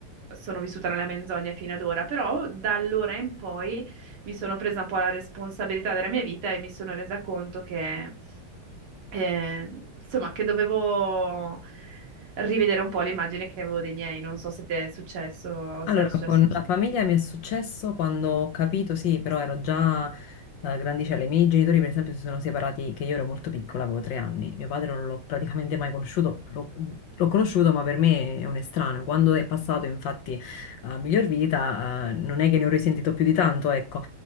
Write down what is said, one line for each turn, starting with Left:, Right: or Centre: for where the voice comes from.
Right: sono vissuta nella menzogna fino ad ora, però da allora in poi mi sono presa un po' la responsabilità della mia vita e mi sono resa conto che, eh, insomma, che dovevo rivedere un po' l'immagine che avevo dei miei. Non so se ti è successo,
Left: Allora,
Right: se era successo
Left: con
Right: lo stesso.
Left: la famiglia mi è successo quando ho capito, sì, però ero già eh, grandicella. I miei genitori, per esempio, si sono separati che io ero molto piccola, avevo tre anni. Mio padre non l'ho praticamente mai conosciuto, l'ho l'ho conosciuto, ma per me è un estraneo. Quando è passato, infatti, a miglior vita, eh, non è che ne ho risentito più di tanto, ecco.